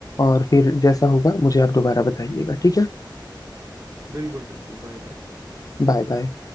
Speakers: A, on the left; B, on the right.
A: और फिर जैसा होगा मुझे आप दोबारा बताइएगा ठीक है
B: बिल्कुल बिल्कुल बाय बाय
A: Bye bye